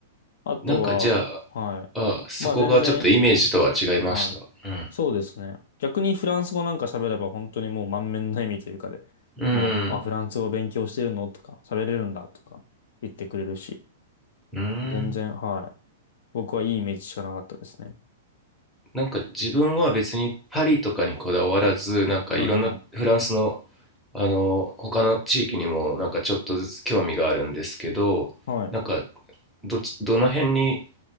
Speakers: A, on the left; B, in the centre.
A: あとは、
B: なんかじゃあ、
A: はい、
B: あそこがちょっとイメージとは違いました。
A: まあ全然はい。
B: うん。
A: そうですね。逆にフランス語なんか喋れば本当にもう満面の笑みというかで、
B: うん。
A: もう、あ、フランス語勉強してるのとか、喋れるんだとか言ってくれるし、
B: うん。
A: 全然、はい。僕はいいイメージしかなかったですね。
B: なんか自分は別にパリとかにこだわらず、なんかいろんなフランスの、
A: はいはい。
B: あの、他の地域にもなんかちょっとずつ興味があるんですけど、
A: はい。
B: なんかどっち、どの辺に